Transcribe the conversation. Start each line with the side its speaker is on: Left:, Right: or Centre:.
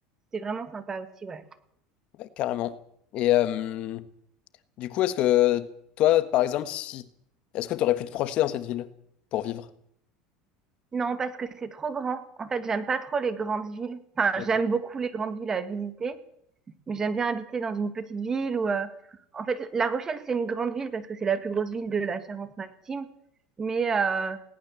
Right: c'était vraiment sympa aussi, ouais.
Left: Ouais, carrément. Et euh, du coup, est-ce que toi, par exemple, si, est-ce que tu aurais pu te projeter dans cette ville pour vivre?
Right: Non, parce que c'est trop grand. En fait, j'aime pas trop les grandes villes. Enfin,
Left: D'accord.
Right: j'aime beaucoup les grandes villes à visiter, mais j'aime bien habiter dans une petite ville où, euh, en fait, La Rochelle, c'est une grande ville parce que c'est la plus grosse ville de la Charente-Maritime. Mais euh,